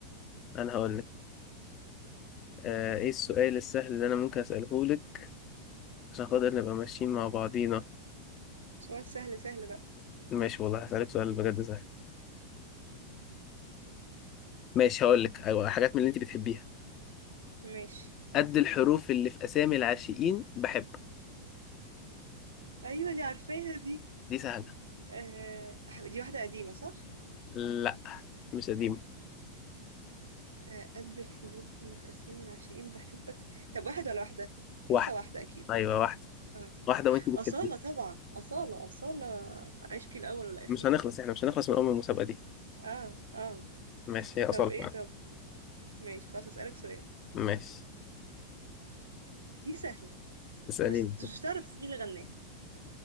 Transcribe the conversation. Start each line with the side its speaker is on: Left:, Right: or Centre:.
Left: انا هقول لك آه ايه السؤال السهل اللي انا ممكن اساله لك عشان خاطر نبقى ماشيين مع بعضينا
Right: سؤال سهل سهل بقى
Left: ماشي والله هسالك سؤال بجد سهل ماشي هقول لك ايوه حاجات من اللي انت بتحبيها
Right: ماشي
Left: قد الحروف اللي في اسامي العاشقين بحب
Right: ايوه دي عارفاها دي
Left: دي سهله
Right: آه دي واحدة قديمة صح؟
Left: لا مش قديمه
Right: آه قد الحروف اللي في أسامي العاشقين بحبك طب واحد ولا واحدة؟
Left: واحده
Right: حاسة واحدة أكيد
Left: ايوه واحده
Right: اه
Left: واحده وانت بتحبيها
Right: أصالة طبعا أصالة أصالة عشقي الأول والأخير
Left: مش هنخلص احنا مش هنخلص من ام المسابقه دي
Right: اه اه
Left: ماشي هي
Right: طب
Left: اصلا
Right: ايه
Left: فعلا
Right: طب ماشي خلاص أسألك سؤال
Left: ماشي
Right: دي سهلة
Left: اساليني
Right: بس مش هتعرف مين اللي غناها